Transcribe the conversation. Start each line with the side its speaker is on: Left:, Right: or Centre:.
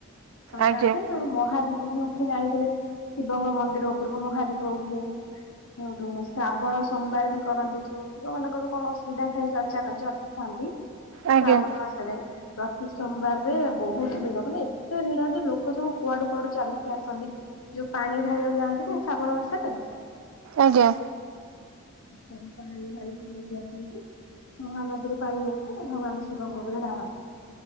Left: ଶହ
Right: ଆଜ୍ଞା
Left: ଆଠେ ନେହେଲେ ମହାଦୀପ ବି ଉଠେ ଜାଣିଥିବେ ଶିବଙ୍କ ମନ୍ଦିର ଉପ ଉପରକୁ ମହାଦୀପ ଉଠେ। ସେଉଠୁ ଶ୍ରାବଣ ସୋମବାର ବି କରନ୍ତି ଯୋଉ ଯୋଉ ମାନଙ୍କର କଣ ଅସୁବିଧା ହେଇଚି <unintelligible> ଥାନ୍ତି।
Right: ଆଜ୍ଞା
Left: ଶ୍ରାବଣ ମାସରେ ପ୍ରତି ସୋମବାରରେ ବହୁତ ଭିଡ ମାନେ ଏତେ ଭିଡ ଯେ ଲୋକ ସବୁ କୁଆଡୁ କୁଆଡୁ ଚାଲିକି ଆସନ୍ତି ଯୋଉ ପାଣି ଢାଳିବାକୁ ଯାଆନ୍ତିନି ଶ୍ରାବଣ ମାସରେ
Right: ଆଜ୍ଞା।
Left: ସବୁ ପାଣିଢାଳିକି <unintelligible> ଆସନ୍ତି। ମହାନଦୀରୁ ପାଣି ନେଇକି ଭଗବାନ ଶିବଙ୍କ ଉପରେ ଢାଳ।